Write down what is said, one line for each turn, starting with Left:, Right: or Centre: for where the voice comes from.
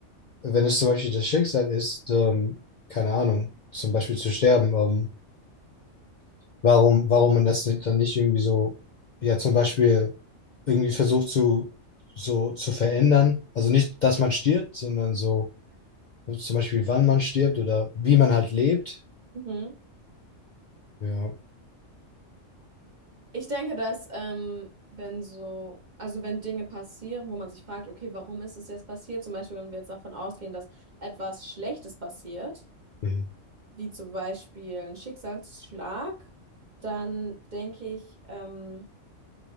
Left: wenn es zum Beispiel das Schicksal ist, ähm, keine Ahnung, zum Beispiel zu sterben, ähm, warum, warum man das nicht- dann nicht irgendwie so, ja, zum Beispiel irgendwie versucht zu, so zu verändern. Also nicht, dass man stirbt, sondern so zum Beispiel, wann man stirbt oder wie man halt lebt.
Right: Mhm.
Left: Ja,
Right: Ich denke, dass ähm, wenn so, also wenn Dinge passieren, wo man sich fragt, okay, warum ist es jetzt passiert? Zum Beispiel, wenn wir jetzt davon ausgehen, dass etwas Schlechtes passiert,
Left: mhm.
Right: wie zum Beispiel ein Schicksalsschlag, dann denke ich, ähm,